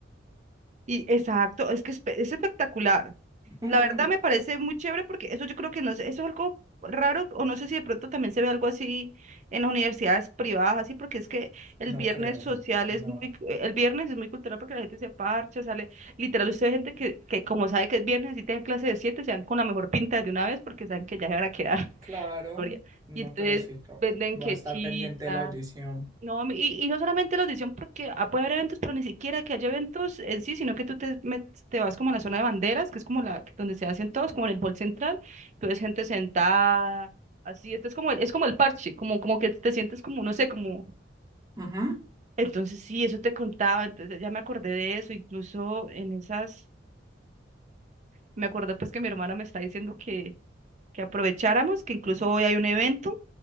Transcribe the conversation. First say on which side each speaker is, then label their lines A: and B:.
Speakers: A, on the right; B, on the right.
A: y exacto, es que es, pe- es espectacular.
B: <laughs>
A: La verdad me parece muy chévere porque eso yo creo que no sé, eso es algo raro o no sé si de pronto también se ve algo así en las universidades privadas, así porque es que el
B: No
A: viernes
B: creo,
A: social
B: no.
A: es muy, eh, el viernes es muy cultural porque la gente se parcha, sale, literal, usted ve gente que, que como sabe que es viernes y tiene clase de siete, se dan con la mejor pinta de una vez porque saben que ya se van a quedar, <laughs>
B: Claro,
A: Gloria.
B: no,
A: Y entonces
B: pero sí, no.
A: venden
B: Voy
A: que
B: a estar
A: chicha
B: pendiente de la audición.
A: no, mi- y, y no solamente la audición porque ah, puede haber eventos, pero ni siquiera que haya eventos en sí, sino que tú te, met- te vas como a la zona de banderas, que es como la donde se hacen todos, como en el hall central, que ves gente sentada, así, entonces como el- es como el parche, como, como que te sientes como, no sé, como,
B: Ujú.
A: entonces sí, eso te contaba, entonces ya me acordé de eso, incluso en esas, me acordé pues que mi hermana me está diciendo que, que aprovecháramos, que incluso hoy hay un evento